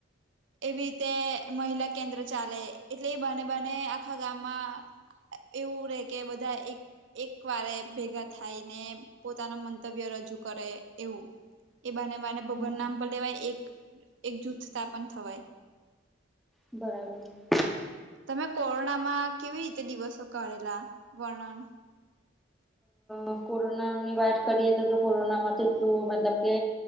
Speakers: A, on the right; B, in the centre.
A: એવી રીતે મહિલા કેન્દ્ર ચાલે એટલે એ બાને બાને આખા ગામમાં એવું રે કે બધા એ એક વારે ભેગા થાયને પોતાના મંતવ્ય રજૂ કરે એવું એ બાને બાને ભોગવાન
B: હમ
A: નામ પર લેવાય એક એક જૂથતા પન થવાય
B: બરાબર.
A: તમે કોરોનામાં કેવી રીતે દિવસો કારેલા વર્ણન
B: અ કોરોનાની વાત કરીએ તો તો કોરોનામાં તેટલું મતલબ કે